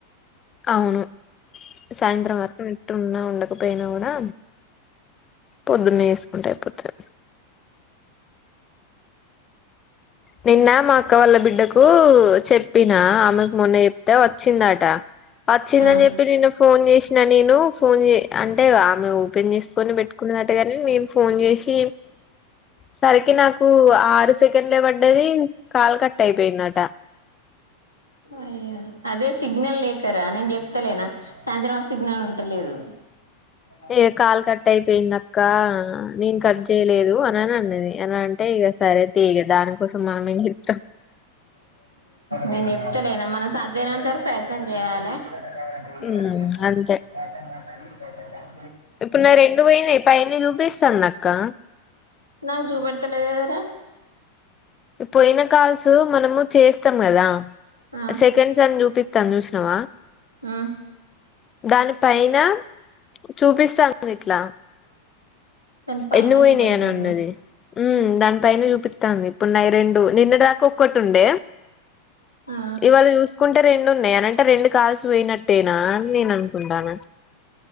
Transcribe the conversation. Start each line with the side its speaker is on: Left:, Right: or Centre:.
Left: అవును సాయంత్రం వరకు ఉంటున ఉండక ప్పొయిన గూడా పొద్దున్నే జేస్కుంటే అయిపోతది నిన్న మా అక్క వాళ్ళ బిడ్డకు చెప్పినా ఆమెకు మొన్న చెప్తే వచ్చిందాట వచ్చైదన్
Right: ఆ
Left: జెప్పి న్నిన్న ఫోన్ చేశిన నేను ఫోన్ చే అంటే ఆమె ఓపెన్ చేసుకొని పెట్టుకున్నదటగని నేను ఫోన్ జేశి సరికి నాకు ఆరు సెకండ్లే పడ్డది కాలు కట్ అయి పోయిందట
Right: అయ్యా అదే సిగ్నల్ లేకరా నేను చెప్తలేనా సాయంత్రం మాకు సిగ్నల్ ఉంటలేదు ఆ
Left: ఏ కాల్ కట్ అయిపోయింది అక్క నేను కట్ చేయలేదు అని అని అన్నది అని అంటే ఇక సరే తీ ఇక దానికోసం మనం ఏం చెప్తాం
Right: నెన్ జెప్త లేనా మనం సాధైనంతరకు ప్రయత్నం చేయాలి డైలీ
Left: ఉమ్
Right: కద తీసుకోండి
Left: అంతే
Right: అదిా
Left: ఇప్పుడు నా రెండు పోయినయి పైని చూపిస్తాంది అక్క
Right: నాకు జూపెడ్తలేదు కదరా
Left: పోయిన కాల్స్ మనము చేస్తాం కదా
Right: ఆ
Left: సెకండ్ సన్ జూపి తాందూశ్నవా
Right: ఉం
Left: దాని పైన చూపిస్తాను ఇట్లా
Right: దాని పైన
Left: ఎన్ని వోయిననున్నది
Right: చూపెడతాంది
Left: ఉమ్ దాని పైన చూపిత్తాంది ప్పున్నాయి రెండు నిన్నడ్ దాకా ఒక్కటి ఉండే
Right: ఆ
Left: ఇవాళ చూసుకుంటే రెండు ఉన్నయి అనంటే రెండు కాల్సు పోయినట్టేనా అని నేను అనుకుంటాన